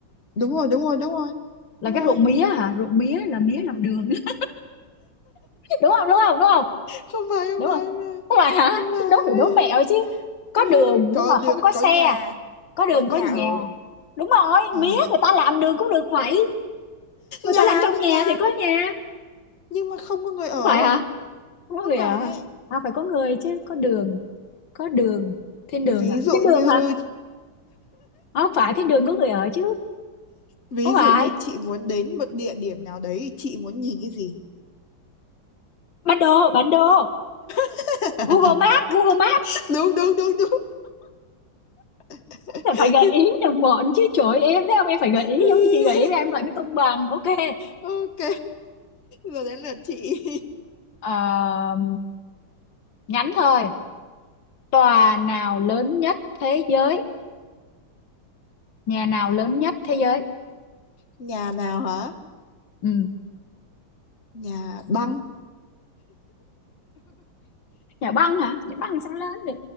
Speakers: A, on the left; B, on the left.
A: đúng rồi, đúng rồi, đúng rồi.
B: là
A: Đúng
B: cái
A: rồi.
B: ruộng mía hả ruộng mía là mía làm đường <laughs> đúng không đúng không đúng không
A: không phải không
B: đúng
A: phải
B: không
A: không
B: không phải hả
A: phải không phải
B: Thế đố phải đố mẹo chứ có
A: Ừ,
B: đường
A: có
B: nhưng mà
A: đường
B: không có xe
A: có nhà
B: có đường
A: có nhà
B: có nhà
A: ở
B: đúng rồi
A: Ờ,
B: mía người ta làm đường cũng được vậy người
A: nhà
B: ta làm trong
A: mà nhà
B: nhà thì có nhà
A: nhưng mà không có người ở
B: không phải hả không có
A: không
B: người à
A: phải
B: à phải có người chứ có đường có đường thiên
A: ví
B: đường hả
A: dụ
B: thiên đường
A: như
B: hả à, không phải thiên đường có người ở chứ
A: ví
B: không
A: dụ
B: phải
A: như chị muốn đến một địa điểm nào đấy chị muốn nhìn cái gì
B: bản đồ bản đồ
A: <laughs>
B: Google Maps Google Maps
A: đúng đúng đúng đúng <laughs>
B: là phải gợi ý được bọn chứ trời ơi, em thấy không em phải gợi ý
A: đúng.
B: giống như chị gợi ý em vậy mới công bằng ok
A: ok giờ đến lượt chị
B: Ờ, ngắn thôi tòa nào lớn nhất thế giới nhà
A: Còn
B: nào
A: nào?
B: lớn nhất thế giới
A: nhà nào hả
B: ừ.
A: nhà băng
B: nhà băng hả nhà băng sao lớn được